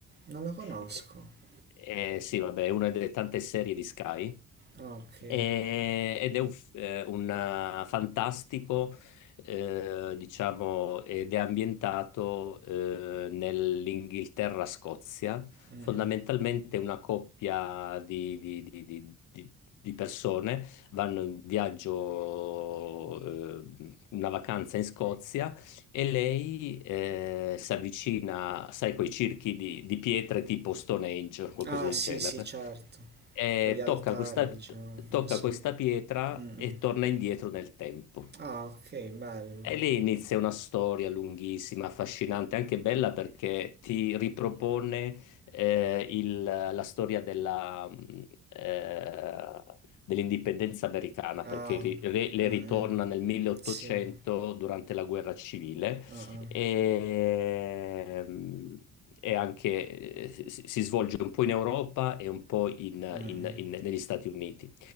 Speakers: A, on the right; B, on the left.
A: Non la conosco.
B: Eh, eh, sì, vabbè, è una delle tante serie di Sky
A: Ah, ok.
B: e- ed è un, f- eh, un, eh, fantastico, eh, diciamo, ed è ambientato eh, nell'Inghilterra-Scozia,
A: Mm-mm.
B: fondamentalmente una coppia di, di- di- di- di- di persone vanno in viaggio, eh, una vacanza in Scozia e lei eh, si avvicina, sai, quei circhi di, di pietre tipo Stone Age o qualcosa
A: Ah,
B: del
A: sì,
B: genere,
A: sì, certo.
B: e
A: Quegli altari,
B: tocca questa,
A: diciamo,
B: tocca
A: non so.
B: questa pietra
A: Mm-mm.
B: e torna indietro nel tempo.
A: Ah, ok, bello.
B: E lì inizia una storia lunghissima, affascinante, anche bella perché ti ripropone eh, il- la storia della, mh, eh, dell'indipendenza americana,
A: Ah,
B: perché ri- re- le
A: mm-mm.
B: ritorna nel 1800
A: Sì.
B: durante la guerra civile
A: Ah, ah.
B: e, mh, e anche eh, si, si svolge un po' in Europa e un po' in-
A: Mm-mm.
B: in- in- negli Stati Uniti.